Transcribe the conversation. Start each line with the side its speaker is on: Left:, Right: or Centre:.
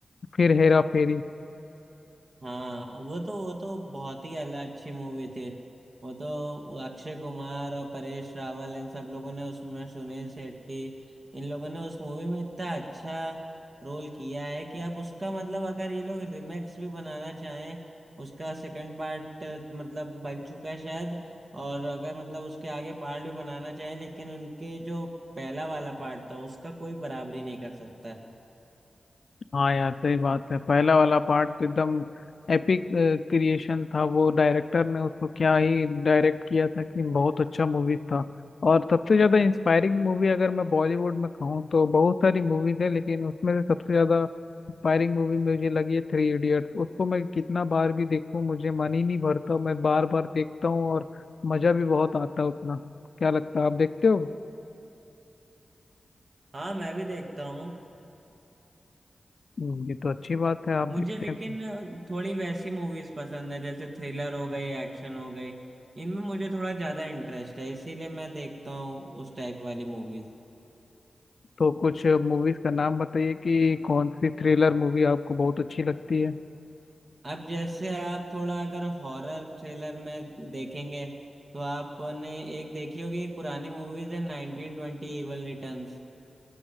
Left: फिर हेरा फेरी
Right: हाँ वो तो वो तो बहुत ही अल- अच्छी मूवी थी वो तो अक्षय कुमार और परेश रावल इन सब लोगों ने उसमें सुनील शेट्टी इन लोगों ने उस मूवी में इतना अच्छा रोल किया है कि अब उसका मतलब अगर ये लोग रिमेक्स भी बनाना चाहें उसका सेकंड पार्ट मतलब बन चुका है शायद और अगर मतलब उसके आगे पार्ट भी बनाना चाहें लेकिन उनके जो पहला वाला पार्ट था उसका कोई बराबरी नहीं कर सकता है।
Left: हाँ यार सही बात है पहला वाला पार्ट तो एकदम एपिक क्रिएशन था वो डायरेक्टर ने उसको क्या ही डायरेक्ट किया था कि बहुत अच्छा मूवी था और सबसे ज्यादा इंस्पायरिंग मूवी अगर मैं बॉलीवुड में कहूँ तो बहुत सारी मूवीज है लेकिन उसमें से सबसे ज्यादा इंस्पायरिंग मूवी मुझे लगी है थ्री इडियट्स उसको मैं कितना बार भी देखूँ मुझे मन ही नहीं भरता मैं बार बार देखता हूँ और मजा भी बहुत आता है उतना क्या लगता है आप देखते हो
Right: हाँ मैं भी देखता हूँ
Left: हम्म, ये तो अच्छी बात है आप
Right: मुझे
Left: देखते
Right: लेकिन
Left: हैं
Right: थोड़ी वैसी मूवीज पसंद है जैसे थ्रिलर हो गई एक्शन हो गई इनमें मुझे थोड़ा ज्यादा इंटरेस्ट है इसीलिए मैं देखता हूँ उस टाइप वाली मूवीज
Left: तो कुछ मूवीज का नाम बताइए कि कौन सी थ्रिलर मूवी आपको बहुत अच्छी लगती है
Right: अब जैसे आप थोड़ा अगर हॉरर थ्रिलर में देखेंगे तो आपने एक देखी होगी एक पुरानी मूवीज है नाइनटीन ट्वेंटी इवल रिटर्न्स